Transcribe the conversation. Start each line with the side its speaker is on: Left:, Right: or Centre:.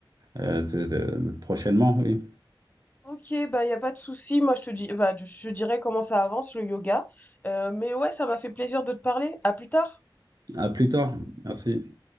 Right: euh, de- de- prochainement, oui.
Left: Ok, bah y a pas de souci. Moi, je te dis, bah, je je dirai comment ça avance le yoga. Euh, mais ouais, ça m'a fait plaisir de te parler. À plus tard.
Right: À plus tard. Merci.